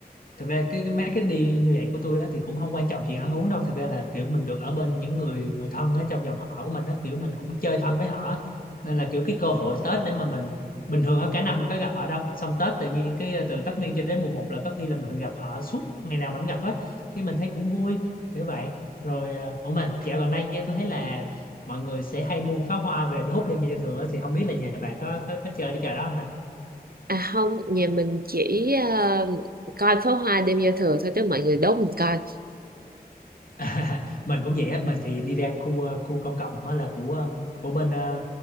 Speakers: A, on the left; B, on the right.
A: thực ra cái, cái mấy cái đi như vậy của tôi á, thì cũng không quan trọng chuyện ăn uống đâu thực ra là kiểu mình được ở bên những người người thân ở trong dòng họ của mình á kiểu mình cũng chơi thân với họ nên là kiểu cái cơ hội Tết để mà mình bình thường á cả năm mình có gặp họ đâu xong Tết tự nhiên cái ờ, từ tất niên cho đến mùng một là có khi là mình gặp họ suốt ngày nào mình cũng gặp hết cái mình thấy cũng vui kiểu vậy rồi à, ủa mà dạo gần đây nha tôi thấy là mọi người sẽ hay mua pháo hoa về đốt đêm giao thừa á, thì không biết là nhà bà có có, có chơi cái trò đó không ta
B: À không, nhà mình chỉ ờ, coi pháo hoa đêm giao thừa thôi, tức mọi người đốt mình coi.
A: <laughs> mình cũng vậy á mình thì đi ra khu ờ, khu công cộng á là của ờ, của bên ờ,